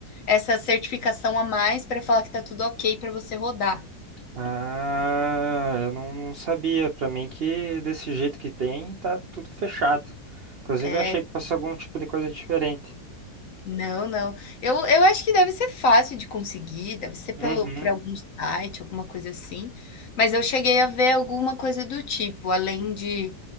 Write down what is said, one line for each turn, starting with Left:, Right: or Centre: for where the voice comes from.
Left: essa certificação a mais pra falar que tá tudo ok pra você rodar.
Right: Ah, eu não, não sabia. Pra mim que desse jeito que tem, tá tudo fechado. Inclusive,
Left: É
Right: eu achei que fosse algum tipo de coisa diferente.
Left: Não, não. Eu eu acho que deve ser fácil de conseguir, deve ser pelo
Right: Uhum.
Left: por algum site, alguma coisa assim, mas eu cheguei a ver alguma coisa do tipo, além de